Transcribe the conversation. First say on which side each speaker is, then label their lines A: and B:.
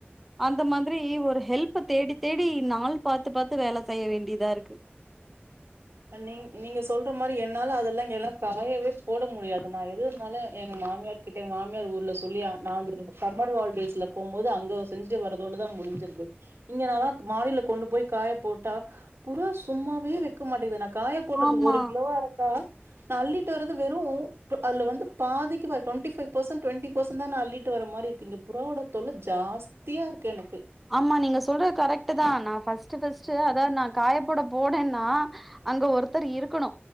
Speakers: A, in the centre; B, on the right.
A: அந்த மாதிரி ஒரு ஹெல்ப தேடி தேடி நாள் பாத்து பாத்து வேல செய்ய வேண்டியதா இருக்கு
B: நீ நீங்க சொல்ற மாரி என்னால அதெல்லா இங்க எல்லா காயவே போட முடியாது நா எதுனாலு எங்க மாமியார் கிட்டே மாமியார் ஊர்ல சொல்லியா நா அவங்களு சம்மர் ஹாலிடேஸ்ல போம்போது அங்க செஞ்சு வரதோடதா முடிஞ்சிருது இங்கனாலா மாடியில கொண்டு போய் காய போட்டா புறா சும்மாவே வெக் க மாட்டேங்கது நா காய போடறது
A: ஆமா
B: ஒரு கிலோவா இருந்தா நா அள்ளிட்டு வர்றது வெறு டொ அதுல வந்து பாதிக்கி டுவண்டிஃபைவ் பர்சண்ட் டுவண்டி பர்சண்ட் தா நா அள்ளிட்டு வர மாரி இங்க புறாவோட தொல்ல ஜாஸ்தியா இருக்கு எனக்கு
A: ஆமா நீங்க சொல்றது கரெக்ட் தா நா ஃபஸ்ட்டு ஃபஸ்டு அத நா காயப் போட போனேன்னா அங்க ஒருத்தர் இருக்கணு